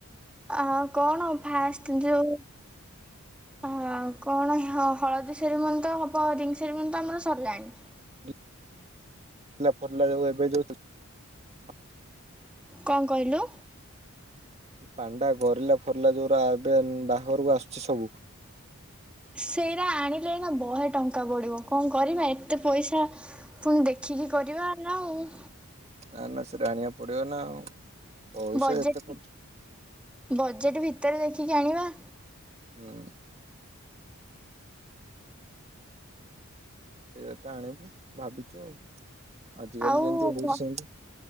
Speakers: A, in the centre; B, on the right (about 30°).
A: ଆ କଣ ଫାଷ୍ଟ ଯୋଉ ହ କଣ ହ ହଳଦୀ ସେରୀମନି ତ ହବ ରିଙ୍ଗସେରୀମନି ତ ଆମର ସର୍ ଲାଣି।
B: <unintelligible>
A: କଁଅଁ କଇଲୁ?
B: ପାଣ୍ଡା ଗରିଲା ଫରିଲା ଯୋଉରା ଏବେ ବାହାଘରକୁ ଆସୁଛି ସବୁ
A: ସେଇରା ଆଣିଲେ ଏଇନା ବହେ ଟଙ୍କା ପଡିବ। କଣ କରିବା ଏତେ ପଇସା? ପୁଣି ଦେଖିକି କରିବା ନାଇଁ।
B: ନା ନା ସେ ଆଣିବା ପଡିବ ନା ଆଉ ପଇସା
A: ବଜେଟ
B: ଏତେ ଖର୍ଚ୍ଚ
A: ବଜେଟ ଭିତରେ ଦେଖିକି ଆଣିବା।
B: ହୁଁ। ସେଇରା ତ ଆଣିବୁ ଭାବିଚୁ ଆଉ। ଆଜ କାଲି
A: ଆଉ
B: ଯେମିତି ହଉଚି
A: ଘ
B: ସେମିତି